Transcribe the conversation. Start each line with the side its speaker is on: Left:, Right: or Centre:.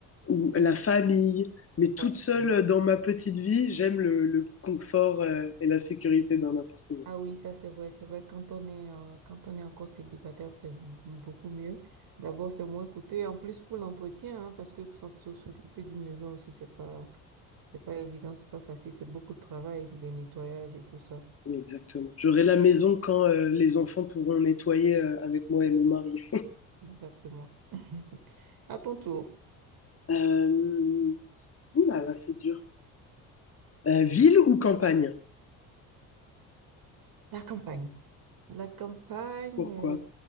Left: ou
Right: mhm.
Left: à la famille. Mais toute
Right: Ouais,
Left: seule
Right: c'est vrai.
Left: euh, dans ma petite vie, j'aime le, le confort, euh, et la sécurité d'un appartement.
Right: Ah oui, ça c'est vrai, c'est vrai. Quand on est, euh, quand on est encore célibataire, c'est m- beaucoup mieux. D'abord, c'est moins coûteux. Et en plus, pour l'entretien, hein, parce que pour s'en- s'o- s'occuper d'une maison aussi, c'est pas, c'est pas évident, c'est pas facile. C'est beaucoup de travail, le nettoyage et tout ça.
Left: Exactement. J'aurai la maison quand, euh, les enfants pourront nettoyer, euh, avec moi et mon mari.
Right: Exactement. <laughs> À ton tour,
Left: Euh... Ouh là là, c'est dur. Euh, ville ou campagne?
Right: la campagne. La campagne,
Left: Pourquoi?
Right: euh,